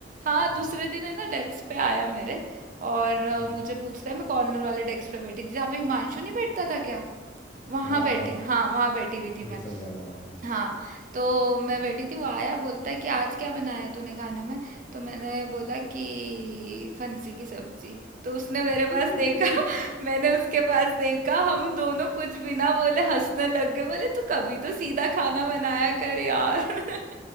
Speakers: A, on the right (about 45°); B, on the left (about 25°).
A: हाँ दूसरे
B: हम्म
A: दिन है ना डेस्क पे आया मेरे और अ,
B: हम्म,
A: मुझे पूछता है मैं कॉर्नर वाले डेस्क पे बैठी थी जहाँ पे हिमांशु नहीं बैठता था क्या वहां
B: हाँ
A: बैठी हाँ वहां बैठी हुई थी
B: बेसन
A: मैं
B: वाला हाँ
A: हाँ तो मैं बैठी थी वो आया बोलता है कि आज क्या बनाया तूने खाने में तो मैंने बोला कि फंसी की सब्जी तो उसने मेरे
B: <laughs>
A: पास देखा <laughs> मैंने उसके पास देखा हम दोनों कुछ भी ना बोले हंसने लग गए बोले तू कभी तो सीधा खाना बनाया कर यार <laughs>